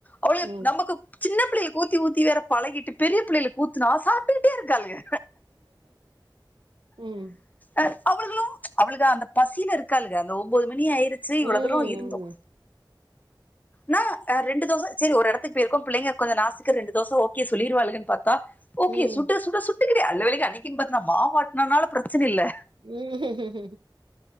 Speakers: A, on the left; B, on the right.
A: அவ்ள்க
B: ம்
A: நமக்கு சின்ன பிள்ளைகளுக்கு ஊத்தி ஊத்தி வேற பழகிட்டு பெரிய பிள்ளைகளுக்கு ஊத்துனா சாப்ட்டுகிட்டே இருக்காளுக
B: ம்
A: அ அவ்ள்களும் அவுளுக அந்த பசில இருக் காளுக அந்த ஒம்போது மணி ஆயிருச்சு இவ்ள
B: ம்
A: தூரோ இருந்தோ நி ரெண்டு தோச செரி ஒரு எடத்துக்கு போயிருக்கோ பிள்ளைங்க கொஞ்ச நாசுக்கா ரெண்டு தோச ஓகே சொல்லிருவாளுகன்னு பாத்தா ஓகே
B: ம்
A: சுட்டு சுட சுட்டு கிட்டே அல்ல வேலிக்கு அண்ணிக்கின் பாத்து நா மாவாட்டினனால பிரச்சன இல்ல
B: ம்